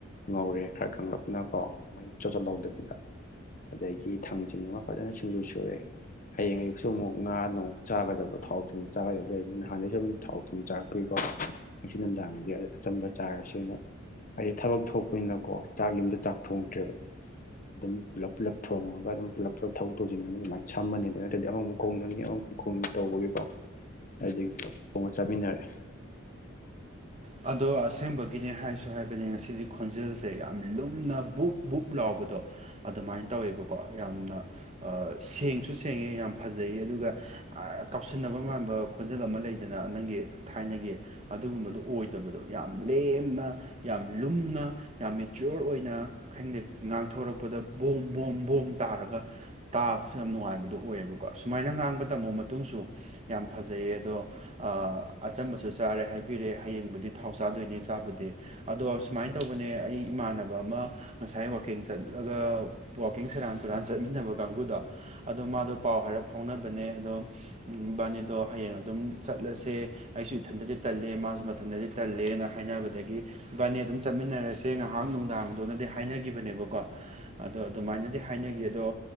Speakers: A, on the left; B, on the right.
A: ꯉꯧꯔꯦ ꯈꯔ ꯀꯪ ꯂꯞꯅ ꯀꯣ ꯃꯍꯤ ꯆꯣꯠ ꯆꯣꯠ ꯂꯥꯎꯗꯕ ꯕꯤꯗ ꯑꯗꯒꯤ ꯊꯥꯡꯖꯤꯡ ꯑꯃ ꯐꯖꯅ ꯁꯤꯡꯖꯨ ꯁꯨꯔꯦ ꯍꯌꯦꯡ ꯑꯌꯨꯛꯁꯨ ꯑꯃꯨꯛ ꯉꯥ ꯅꯨꯡ ꯆꯥꯒꯗꯕ ꯊꯥꯎ ꯊꯨꯝ ꯆꯥꯒꯗꯕ ꯂꯩꯕꯅꯤꯅ ꯅꯍꯥꯟꯗꯩꯁꯨꯝ ꯊꯥꯎ ꯊꯨꯝ ꯆꯥꯔꯛꯄꯤꯀꯣ ꯉꯁꯤ ꯅꯨꯡꯗꯥꯡꯗꯤ ꯑꯆꯝꯕ ꯆꯥꯔꯁꯦꯅ ꯍꯥꯏꯗꯤ ꯊꯕꯛ ꯊꯣꯛꯄꯅꯤꯅꯀꯣ ꯆꯥꯛ ꯌꯨꯝꯗ ꯆꯥꯛ ꯊꯣꯡꯗ꯭ꯔꯦꯕ ꯑꯗꯨꯝ ꯄꯨꯂꯞ ꯄꯨꯂꯞ ꯊꯣꯡꯉꯒ ꯑꯗꯨꯝ ꯄꯨꯂꯞ ꯄꯨꯂꯞ ꯊꯕꯛ ꯇꯧꯁꯤꯟ ꯑꯃ ꯑꯗꯨꯃꯥꯏꯅ ꯁꯝꯃꯅꯤ ꯑꯗꯨ ꯅꯠꯗꯇ꯭ꯔꯗꯤ ꯑꯃꯃꯨꯛ ꯀꯣꯡꯅꯅꯤ ꯑꯃꯃꯨꯛ ꯀꯣꯡꯅꯤ ꯇꯧꯕꯒꯤꯀꯣ ꯑꯗꯨꯗꯒꯤ ꯄꯨꯂꯞ ꯊꯣꯡꯉ ꯆꯠꯃꯤꯟꯅꯔꯦ
B: ꯑꯗꯣ ꯑꯁꯦꯡꯕꯒꯤꯅꯦ ꯍꯥꯏꯁꯨ ꯍꯥꯏꯕꯅꯦ ꯉꯁꯤꯗꯤ ꯈꯣꯟꯖꯦꯜꯁꯦ ꯌꯥꯝ ꯂꯨꯝꯅ ꯕꯨꯛ ꯕꯨꯛ ꯂꯥꯎꯕꯗꯣ ꯑꯗꯨꯃꯥꯏꯅ ꯇꯧꯋꯦꯕꯀꯣ ꯌꯥꯝꯅ ꯑ ꯁꯦꯡꯁꯨ ꯁꯦꯡꯉꯦ ꯌꯥꯝ ꯐꯖꯩꯌꯦ ꯑꯗꯨꯒ ꯇꯥꯎꯁꯤꯟꯅꯕ ꯃꯥꯟꯕ ꯈꯣꯟꯖꯦꯜ ꯑꯃ ꯂꯩꯗꯅ ꯅꯪꯒꯤ ꯊꯥꯏꯅꯒꯤ ꯑꯗꯨꯒꯨꯝꯕꯗꯣ ꯑꯣꯏꯗꯕꯗꯣ ꯌꯥꯝ ꯂꯦꯝꯅ ꯌꯥꯝ ꯂꯨꯝꯅ ꯌꯥꯝ ꯃꯦꯆ꯭ꯌꯣꯔ ꯑꯣꯏꯅ ꯈꯪꯗꯦ ꯉꯥꯡꯊꯣꯔꯛꯄꯗ ꯕꯣꯝ ꯕꯣꯝ ꯕꯣꯝ ꯇꯥꯔꯒ ꯇꯥꯕꯁꯨ ꯌꯥꯝ ꯅꯨꯡꯉꯥꯏꯕꯗꯣ ꯑꯣꯏꯌꯦꯕꯀꯣ ꯁꯁꯨꯃꯥꯏꯅ ꯉꯥꯡꯕ ꯇꯝꯃꫭ ꯃꯇꯨꯡꯁꯨ ꯌꯥꯝ ꯐꯖꯩꯌꯦ ꯑꯗꯣ ꯑꯆꯝꯕꯁꯨ ꯆꯥꯔꯦ ꯍꯥꯏꯕꯤꯔꯦ ꯍꯌꯦꯡꯕꯨꯗꯤ ꯊꯥꯎ ꯆꯥꯗꯣꯏꯅꯦ ꯆꯥꯕꯗꯤ ꯑꯗꯣ ꯁꯨꯃꯥꯏꯅ ꯇꯧꯕꯅꯦ ꯑꯩ ꯏꯃꯥꯟꯅꯕ ꯑꯃ ꯉꯁꯥꯏ ꯋꯥꯛꯀꯤꯡ ꯆꯠꯂꯒ ꯋꯥꯛꯀꯤꯡ ꯁꯦꯔꯥꯟ ꯆꯨꯔꯥꯟ ꯆꯠꯃꯤꯟꯅꯕ ꯀꯥꯡꯕꯨꯨꯗꯣ ꯑꯗꯣ ꯃꯥꯗꯣ ꯄꯥꯎ ꯍꯥꯏꯔ ꯐꯥꯎꯅꯕꯅꯦ ꯑꯗꯣ ꯏꯕꯥꯅꯤꯗꯣ ꯍꯌꯦꯡ ꯑꯗꯨꯝ ꯆꯠꯂꯁꯦ ꯑꯩꯁꯨ ꯏꯊꯟꯇꯗꯤ ꯇꯜꯂꯦ ꯃꯥꯁꯨ ꯃꯊꯟꯗꯗꯤ ꯇꯜꯂꯦꯅ ꯍꯥꯏꯅꯕꯗꯒꯤ ꯏꯕꯥꯅꯤ ꯑꯗꯨꯝ ꯆꯠꯃꯤꯟꯅꯔꯁꯦ ꯉꯥꯏꯍꯥꯛ ꯅꯨꯡꯗꯥꯡꯗꯣꯅꯗꯤ ꯍꯥꯏꯅꯈꯤꯕꯅꯦꯕꯀꯣ ꯑꯗꯣ ꯑꯗꯨꯃꯥꯏꯅꯗꯤ ꯍꯥꯏꯅꯈꯤ ꯑꯗꯣ